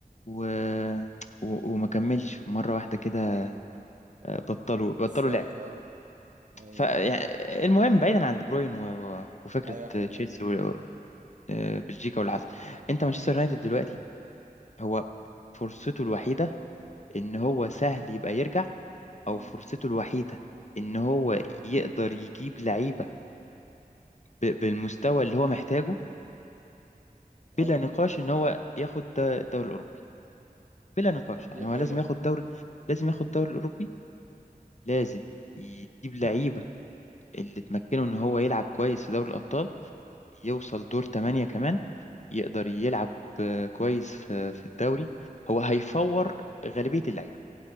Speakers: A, on the left (about 50°); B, on the right (about 55°).
A: و... و... وما كملش مرة واحدة كده
B: آه،
A: آه، بطلوا
B: بالظبط
A: بطلوا لعب
B: اه يعني
A: فالمهم بعيدا عن دي بروين و... و... وفكرة
B: ايوه احنا
A: تشيلسي و... آه، بلجيكا واللي حصل انت مانشستر يونايتد دلوقتي هو فرصته الوحيدة ان هو سهل يبقى يرجع
B: مم.
A: او فرصته الوحيدة ان هو يقدر يجيب لعيبة ب... بالمستوى اللي هو محتاجه بلا
B: ايوه
A: نقاش ان هو ياخد الدوري الاوروبي بلا نقاش
B: دي
A: يعني
B: حقيقة
A: هو لازم ياخد دوري لازم ياخد الدوري الأوروبي لازم يجيب لعيبة اللي تمكنه إن هو يلعب كويس في دوري الأبطال يوصل دور تمانية كمان يقدر يلعب آه، كويس في في الدوري هو هيفور غالبية اللعيبة